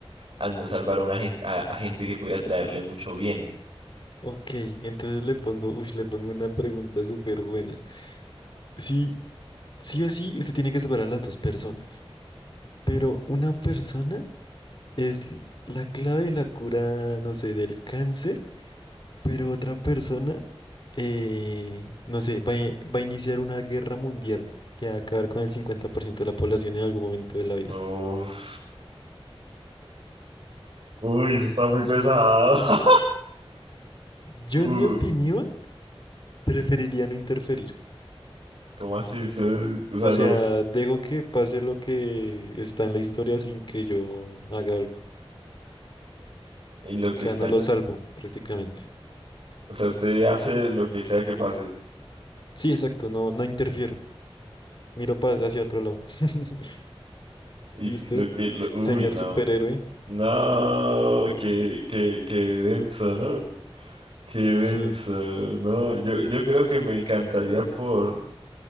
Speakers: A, on the right; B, on the left.
A: al no salvar a una gente, a, a gente que pudiera traerle mucho bien.
B: Ok, entonces le pongo, uy, le pongo una pregunta súper buena. Sí Sí o sí, usted tiene que separar a las dos personas. Pero una persona es l- la clave de la cura, no sé, del cáncer, pero otra persona, eh, no sé, va, a va a iniciar una guerra mundial que va a acabar con el 50% de la población en algún momento de la vida.
A: Uf. Uy, eso está muy pesado. <laughs>
B: Yo,
A: Uh, Uh,
B: en mi opinión, preferiría no interferir.
A: ¿cómo así? Usted, o sea,
B: O sea,
A: no,
B: dejo que pase lo que está en la historia sin que yo haga algo.
A: en lo que
B: O sea,
A: está
B: no lo salvo prácticamente.
A: O sea, usted hace lo que sea que pase.
B: Sí, exacto, no, no interfiero. Miro pa- hacia otro lado. <laughs>
A: Y
B: ¿Y usted?
A: lo que... lo- Uy,
B: Señor
A: no.
B: superhéroe.
A: No, qué, qué, qué denso, ¿no? Qué denso.
B: Sí.
A: No, yo, yo creo que me encantaría por...